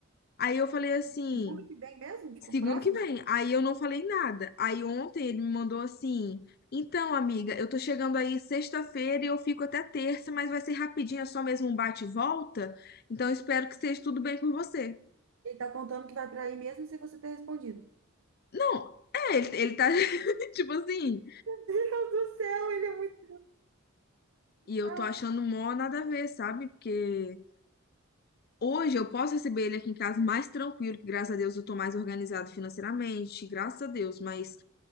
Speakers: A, on the left; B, on the right.
A: Aí eu falei assim,
B: Segundo que vem mesmo? Tipo,
A: segunda
B: próximo?
A: que vem. Aí eu não falei nada. Aí ontem ele me mandou assim, então, amiga, eu tô chegando aí sexta-feira e eu fico até terça, mas vai ser rapidinho, é só mesmo um bate e volta. Então, eu espero
B: Uhum.
A: que esteja tudo bem com você.
B: Ele tá contando que vai pra aí mesmo sem você ter respondido.
A: Não, é, ele, ele tá, <laughs> tipo assim,
B: Meu Deus do céu, ele é muito.
A: e eu
B: Ai.
A: tô achando mó nada a ver, sabe? Porque hoje eu posso receber ele aqui em casa mais tranquilo, que graças a Deus eu tô mais organizado financeiramente, graças a Deus, mas